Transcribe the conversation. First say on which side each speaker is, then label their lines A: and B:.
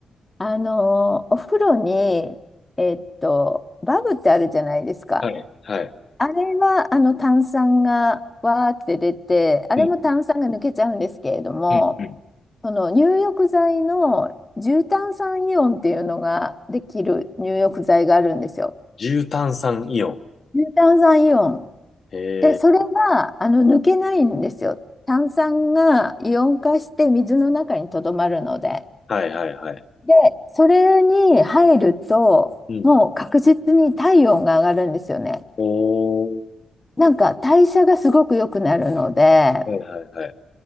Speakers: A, on the left (about 15°); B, on the left (about 45°).
A: あの、お風呂に、えっと、バブってあるじゃないですか。
B: はい、は
A: あれは、あの、炭酸がわーって出て、あれも炭酸が抜けちゃうんですけれども、
B: い、うん、うん、うん。
A: その入浴剤の重炭酸イオンっていうのができる入浴剤があるんですよ。
B: 重炭酸イオン。
A: 重炭酸イオン。
B: え
A: で、それが、あの、抜けないんですよ。炭酸がイオン化して水の中にとどまるので。
B: ー、はい、はい、はい、
A: で、それに入ると、
B: うん。
A: もう確実に体温が上がるんですよね。
B: おー、
A: なんか代謝がすごく良くなるので、
B: はい、はい、はい。